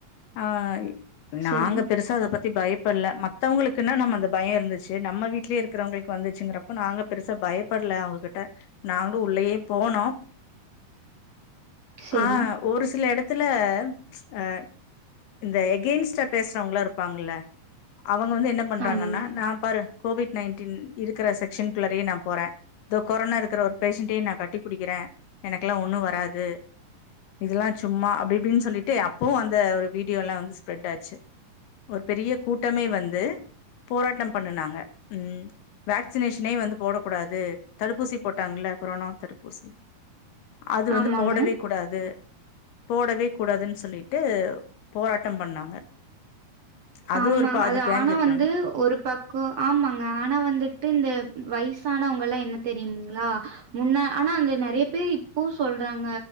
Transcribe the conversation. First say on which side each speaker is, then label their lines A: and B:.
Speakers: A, on the left; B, on the right.
A: ஆஹ் நாங்க
B: செரி
A: பெருசா அத பத்தி பயப்பல்ல மத்தவங்களுக் குன்னா நம்ம அந்த பயம் இருந்துச்சு நம்ம வீடலேயே இருக்குறவங்களுக்கு வந்திற்சிங்கறப்ப நாங்க பெருசா பயப்பட்ல அவுங்ககிட்ட நாங்ளு உள்ளேயே போனோ
B: செரி
A: ஆஹ் ஒரு சில எடத் துல ஆஹ் இந்த எகேய்ன்ஸ்டா பேஸ்றவங்களா இருப்பாங்ளே அவுங் அவுங்க வந்து என்னப் பண்றாங்கன்னா
B: ஆமாங்க
A: நான் பாரு கோவிட் நைன்டீன் இருக்கிற செக்க்ஷன்குள்ளாரேயே நான் போறேன் தோ கொரோனா இருக்கிற ஒரு பேஷன்ண்டேயே நா கட்டிப் அ எனக்கெல்லாம் ஒண்ணும் வராது இதுல்லா சும்மா அப்டி இப்டின்னு சொல்லிட்டு அப்பவும் அந்த ஒரு வீடியோ எல்லாம் வந்து ஸ்ப்ரெட் ஆச்சு ஒரு பெரிய கூட்டமே வந்து போராட்டம் பண்ணுனாங்க உம் வேக்சினேஷனே வந்து போடக்க கூடாது தடுப்பூசி போட்டாங்களே கொரோனா தடுப் பூசி அது வந்து
B: ஆமாங்க
A: போடவேக் கூடாது போடவே கூடாதுன்னு சொல்லிட்டு போராட்டம் பண்ணாங்க அது
B: ஆமா
A: ஒரு பாதி
B: அது
A: கேங்
B: ஆனா
A: இருக்காங்க
B: வந்து ஒரு பக்கோ ஆமாங்க ஆனா வந்துட்டு இந்த வய்சானவங் கல்லாம் என்ன தெரியுங்களா முன்னா ஆனா அந்த நெறைய பேர் இப்போ சொல்றாங்க